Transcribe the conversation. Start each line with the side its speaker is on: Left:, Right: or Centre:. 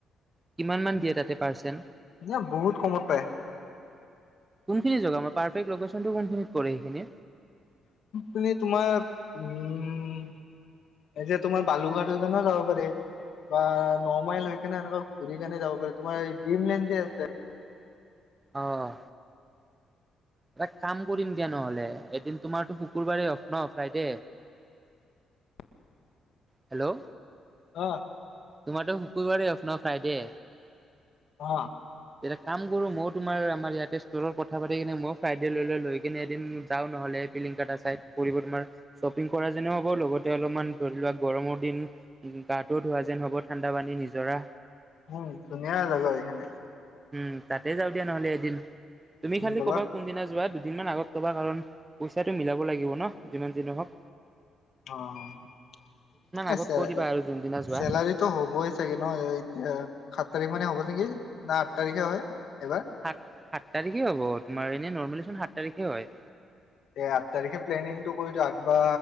Right: কিমান মান দিয়ে তাতে পাৰ্চেণ্
Left: ন বহুত কমত পায়
Right: কোনখিনি জগা আমাৰ পাৰ্প লেশনটো কোনখিনিত পৰে সেইখিনি
Left: পনে তোমাৰ উম এতিয়া তোমাৰ বালুঘাটৰ <unintelligible> যাব পাৰে বা ন মাইল হৈ কিনে এনেকুৱা ঘূৰি কেনে যাব পাৰে তোমাৰ ডিম লেন যে আছে
Right: আহ এটা কাম কৰিম দিয়া নহ'লে এদিন তোমাৰতো শুকুৰবাৰেই হওক ন ফ্ৰাইডে
Left: অ
Right: হেল্ল'
Left: আহ
Right: তোমাৰো শুকুৰবাৰে আপোনাৰ ফ্ৰাইডে
Left: অ
Right: এটা কাম কৰোঁ ময়ো তোমাৰ আমাৰ ইয়াতে ষ্ট'ৰত কথা পাতি কিনে ময় ফ্ৰাইডে লৈ লৈ লৈ কিনে এদিন যাওঁ নহ'লে ফিলিং টা টা চাই তোমাৰ শ্বপিং কৰা যেনে হ'ব লগতে অলপমান ধৰি লোৱা গৰমৰ দিন উ গাটো ধোৱা যেন হ'ব ঠাণ্ডা পানী নিজৰা
Left: উম ধুনীয়া জেগা এইখনে
Right: উম তাতে যাওঁ দিয়া নহ'লে এদিন তুমি খালি
Left: ব'লা
Right: ক'বা কোনদিনা যোৱা দুদিনমান আগত কবা কাৰণ পইচাটো মিলাব লাগিব ন যিমান দিন হওক
Left: অ
Right: আগত
Left: চ
Right: কৈ দিবা আৰু যোনদিনা যোৱা
Left: চেলাৰীটো হ'বই চাগে ন এতিয়া আঠ তাৰিখ মানে হ'ব নেকি না আঠ তাৰিখে হয় এইবাৰ
Right: সাত সাত তাৰিখে হ'ব তোমাৰ এনে নৰ্মেলি চোন সাত তাৰিখে হয়
Left: এ আঠ তাৰিখে প্লেনিংটো কৰি দি আঠ বা